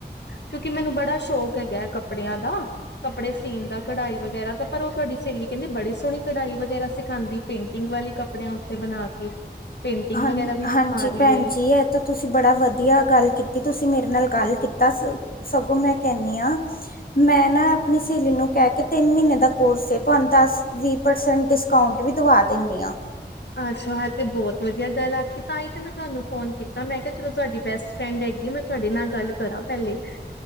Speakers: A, on the left (about 75°); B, on the left (about 55°).
A: ਕਿਉਂਕਿ ਮੈਨੂੰ ਬੜਾ ਸ਼ੌਕ ਹੈਗਾ ਕੱਪੜਿਆਂ ਦਾ ਕੱਪੜੇ ਸੀਨ ਦਾ, ਕਢਾਈ ਵਗੈਰਾ ਤਾਂ ਪਰ ਉਹ ਤੁਹਾਡੀ ਸਹੇਲੀ ਕਹਿੰਦੀ ਬੜੀ ਸੋਹਣੀ ਕਢਾਈ ਵਗੈਰਾ ਸਿਖਾਦੀ, ਪੇਂਟਿੰਗ ਵਾਲੇ ਕੱਪੜਿਆਂ ਉੱਤੇ ਬਣਾ ਕੇ। ਪੇਂਟਿੰਗ
B: ਹਾਂਜੀ-ਹਾਂਜੀ
A: ਵਗੈਰਾ ਵੀ ਸਿਖਾ ਰਹੀ
B: ਭੈਨ
A: ਹੈ
B: ਜੀ ਐ ਤੇ ਤੁਸੀਂ ਬੜਾ ਵਦੀਆ ਗੱਲ ਕੀਤੀ ਤੁਸੀਂ ਮੇਰੇ ਨਾਲ ਗੱਲ ਕੀਤਾ ਸ ਸਗੋਂ ਮੈਂ ਕੈਂਨੀ ਆਂ। ਮੈਂ ਨਾ ਆਪਨੀ ਸੇਲੀ ਨੂੰ ਕੈ ਕੇ ਤਿੰਨ ਮੀਨੇ ਦਾ ਕੋਰਸ ਐ ਤੁਆਨੂੰ ਦੱਸ, ਵੀਹ ਪਰਸੈਂਟ ਡਿਸਕੌਂਟ ਵੀ ਦਵਾ ਦਿੰਨੀ ਆਂ।
A: ਅੱਛਾ ਹਾਂ ਤੇ ਬੋਤ ਵਦੀਆ ਗੱਲ ਆਖੀ ਤਾਂਈ ਤਾਂ ਮੈਂ ਤਾਨੂੰ ਫੋਨ ਕੀਤਾ ਮੈਂ ਕਿਆ ਚਲੋ ਤਾਡੀ ਬੈਸਟ ਫਰੈਂਡ ਹੈਗੀ ਐ ਮੈਂ ਤਾਡੇ ਨਾਲ ਗੱਲ ਕਰਾਂ ਪੈਲੇ